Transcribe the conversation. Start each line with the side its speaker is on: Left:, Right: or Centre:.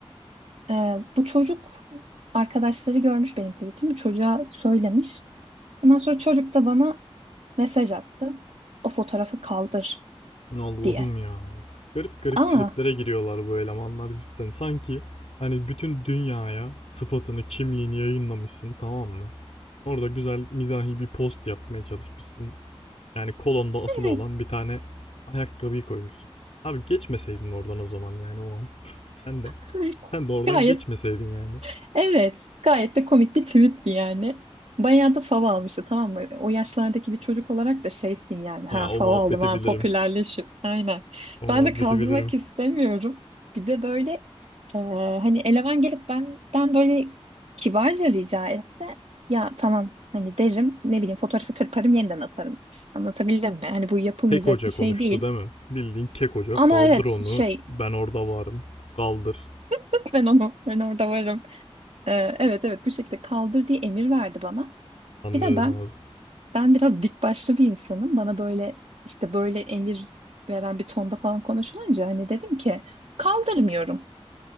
Right: e, bu çocuk arkadaşları görmüş benim tweetimi. Çocuğa söylemiş. Ondan sonra çocuk da bana mesaj attı. O fotoğrafı kaldır
Left: Allah'ım
Right: diye.
Left: ya. Garip garip
Right: Ama
Left: triplere giriyorlar bu elemanlar cidden. Sanki hani bütün dünyaya sıfatını, kimliğini yayınlamışsın tamam mı? Orada güzel mizahi bir post yapmaya çalışmışsın. Yani kolonda asılı
Right: evet,
Left: olan bir tane ayakkabıyı koymuşsun. Abi geçmeseydin oradan o zaman yani o an. <laughs> Sen de.
Right: <laughs>
Left: Sen de oradan
Right: gayet
Left: geçmeseydin yani.
Right: Evet, gayet de komik bir tweetti yani. Bayağı da fav almıştı tamam mı? O yaşlardaki bir çocuk olarak da şeysin yani. Ha
Left: Ya o
Right: fav
Left: muhabbeti
Right: aldım ha
Left: bilirim.
Right: popülerleşim. Aynen.
Left: O
Right: Ben
Left: muhabbeti
Right: de kaldırmak
Left: bilirim.
Right: istemiyorum. Bir de böyle e, hani eleman gelip benden böyle kibarca rica etse ya tamam hani derim ne bileyim fotoğrafı kırparım yeniden atarım. Anlatabildim mi? Hani bu yapılmayacak
Left: Kek Hoca
Right: bir şey
Left: konuştu
Right: değil.
Left: değil mi? Bildiğin Kek Hoca
Right: Ama
Left: kaldır
Right: evet
Left: onu
Right: şey
Left: ben orada varım. Kaldır.
Right: <laughs> ben onu ben orada varım. E, evet evet bu şekilde kaldır diye emir verdi bana.
Left: Anlıyorum
Right: Bir de ben
Left: abi.
Right: Ben biraz dik başlı bir insanım. Bana böyle işte böyle emir veren bir tonda falan konuşulunca hani dedim ki kaldırmıyorum.